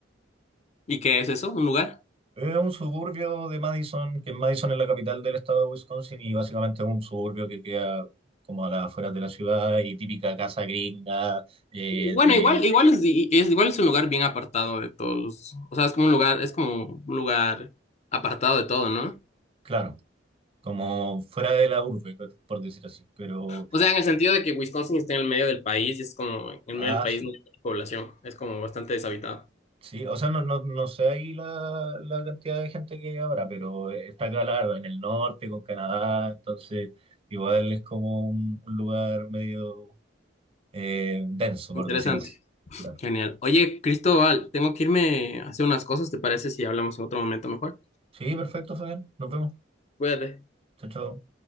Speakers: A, on the left; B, on the right.
A: ¿Y qué es eso? ¿Un lugar?
B: Es un suburbio de Madison, que Madison es la capital del estado de Wisconsin y básicamente es un suburbio que queda como a las afueras de la ciudad y típica casa gringa eh,
A: Bueno,
B: de,
A: igual, igual es, i- es- igual es un lugar bien apartado de todos los, o sea, es como un lugar, es como un lugar apartado de todo, ¿no?
B: claro, como fuera de la urbe, por decir así, pero...
A: O sea, en el sentido de que Wisconsin está en el medio del país y es como, en el
B: Ah,
A: medio del país
B: sí.
A: no hay mucha población, es como bastante deshabitado.
B: Sí, o sea, no, no, no sé ahí la, la cantidad de gente que habrá, pero eh, está acá, claro, en el norte, con Canadá, entonces igual es como un, un lugar medio eh, denso, por
A: Interesante.
B: decir así. Claro.
A: Genial. Oye, Cristóbal, tengo que irme a hacer unas cosas, ¿te parece si hablamos en otro momento mejor?
B: Sí, perfecto, Fabián. Nos vemos.
A: Cuídate.
B: Chao, chao.